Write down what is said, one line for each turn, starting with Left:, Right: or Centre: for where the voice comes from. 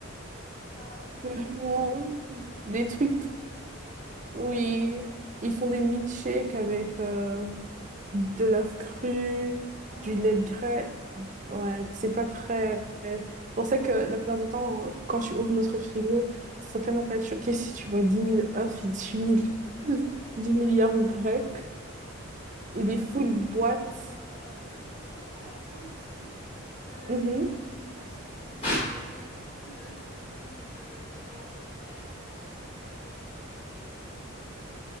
Left: Ah OK,
Right: Vraiment,
Left: ouais, je vois. Donc c'est des trucs
Right: des
Left: hyper
Right: trucs,
Left: protéinés, heu.
Right: oui, ils font des milkshakes avec euh, de l'œuf cru,
Left: Ah mon
Right: du lait
Left: Dieu.
Right: de grès. Ouais, c'est pas très... On sait que la plupart du temps, quand tu ouvres notre frigo, faut tellement pas être choqué si tu vois dix mille œufs et dix mille dix milliards ou grecs,
Left: ouais,
Right: ou des
Left: non,
Right: full boîtes.
Left: je comprends genre parce que quand je partais à la salle aussi, heu,
Right: Mhm.
Left: je cuisinais hyper sainement donc heu, ouais, il y avait beaucoup d'œufs, beaucoup de de yaourts grecs, beaucoup de poudre de protéines et tout.